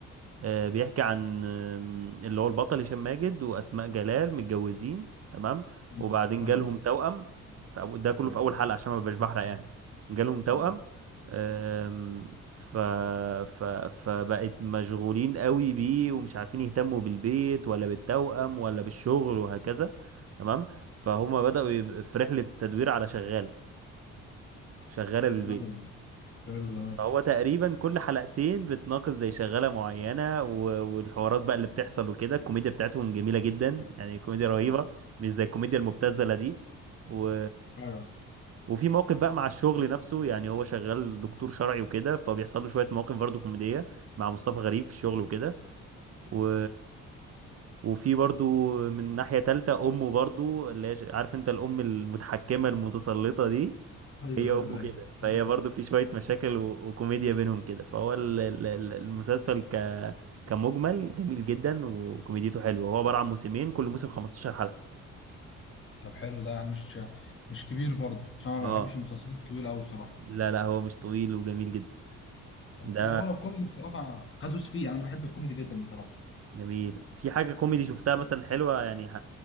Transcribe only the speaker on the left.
مم.
ايوه
تمام
تمام
نعم. حلو ده ماشي
اه
ايوه
ايوه
ايوه
ايوه
أيوة.
طب حلو ده يعني مش مش كبير برضه عشان أنا ما
بحبش المسلسلات الطويله قوي بصراحه
طب
هو لو كوميدي بصراحه هدوس فيه يعني انا بحب الكوميدي جدا بصراحه